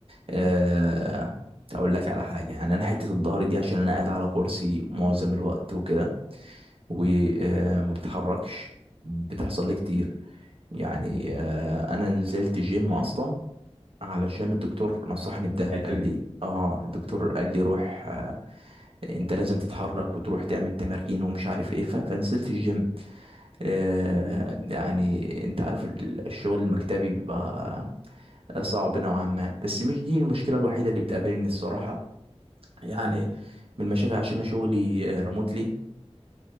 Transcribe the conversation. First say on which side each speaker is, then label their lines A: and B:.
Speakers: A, on the right; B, on the right.
A: آه... اقول لك على حاجة يعني انا حتة الظهر دي عشان انا قاعد على كرسي معظم الوقت وكده وما بتحركش بتحصل لي كتير يعني آه... انا نزلت جيم
B: مم.
A: اصلا علشان الدكتور نصحني بده
B: الحته
A: قال
B: دي
A: لي اه الدكتور قال لي روح آه، انت لازم تتحرك وتروح تعمل تمارين ومش عارف ايه فكنسلت الجيم آه يعني
B: مم.
A: انت عارف ال- الشغل المكتبي بيبقى آه، صعب نوعا ما بس مش دي المشكلة الوحيدة اللي بتقابلني الصراحة يعني من المشاكل عشان انا شغلي ريموتلي